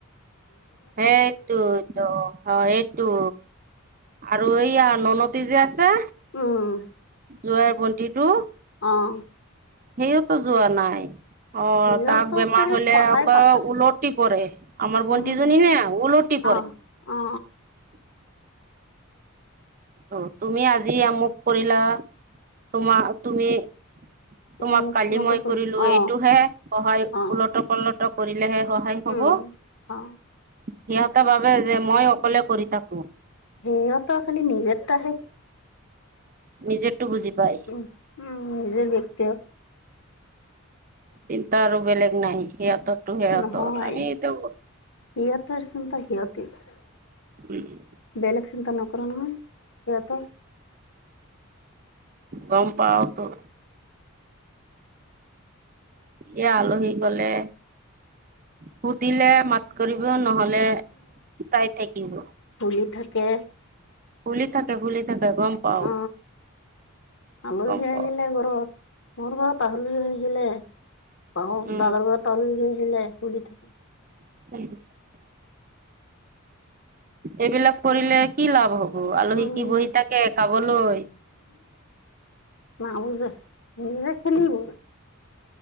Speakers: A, on the right; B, on the left.
A: সেইটো টো অ এইটো আৰু এইয়া ননতি যে আছে
B: উম
A: জোৱাৰাৰ বন্তি টো
B: অহ
A: সেইয়ওতো যোৱা নাই অ
B: সিহঁতক
A: তাক বেমাৰ
B: লাগিলে
A: হলে
B: পতাই
A: আকৌ
B: পাতা
A: উলটি পৰে আমাৰ বন্তিজনী
B: উম
A: নে উওলটি প
B: অ অ অ
A: <inaudible> অ তুমি আজি আমুক কৰিলা তোমাৰ তুমি তোমাক
B: মোক
A: কালি
B: তোমাকে
A: মই
B: কৈ
A: কৰিলো
B: অ
A: এইটোহে সহায় উওলট
B: অ
A: প্লত কৰিলেহে সহায় হব
B: উম অ
A: সিহঁতে বাবে যে মই অকলে কৰি থাকো
B: সেয়া ত খালি নিজৰ তাহে
A: নিজেতো বুজি পাই
B: উম উম নিজৰ ব্যক্তিয়
A: চিন্ত আৰু বেলেগ নাই সিহঁতৰতো সিহঁতৰ
B: নহয়
A: আমি এতিয়া
B: সিহঁতৰ চিন্তা সিহঁতে কৰে
A: উম
B: বেলেগ চিন্তা নকৰে নহয় সহতো
A: গম পাৱতো ই আলহী গলে সুধিলে মাত কৰিব নহলে চাই থাকিব
B: খুলি থাকে
A: ভুলি থাকে ভুলি পাও
B: অ আলহী
A: গম পাও
B: আহিলে ঘৰত মোৰ ঘৰত আলহী আহিলে বাওঁ
A: উম
B: দাদাৰ গ ত হেলোই হুলিি থাকে
A: <unintelligible> এইবিলাক কৰিলে কি লাভ হব আলহী
B: উম
A: কি বহি থাকে খাবলৈ
B: ম বুজ নিজে খেলিব